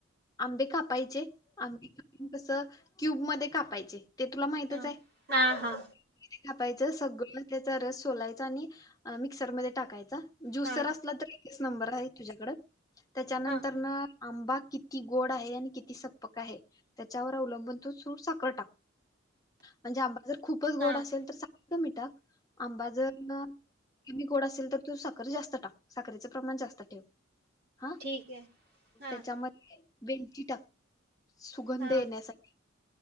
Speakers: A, on the left (about 20°); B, on the right (about 55°).
A: आंबे कापायचे अगदी कस क्यूब मध्ये कापायचे. ते तुला माहितच
B: हा
A: आहे.
B: हा हा
A: <unintelligible> कापायचं सगळं त्याचा रस सोलायचा आणि मिक्सरमध्ये टाकायचा. ज्युसर
B: हा
A: असला तर एकच नंबर आहे तुझ्याकड त्यांच्यानंतर
B: हां,
A: न आंबा कि कि गोड आहे आणि किती सपक आहे त्याच्यावर अवलंबून तू सुख साखर टाक. म्हणजे आंबा जर खूपच
B: हां,
A: गोड असेल तर साखर कमी टाक आंबा जर मग कमी गोड असेल तर तू साखर जास्त टाक साखरचं प्रमाण जास्त ठेव. हा
B: ठीक हे, हां.
A: त्याच्यामध्ये वेलची टाक. सुगंध
B: हां,
A: येण्यासाठी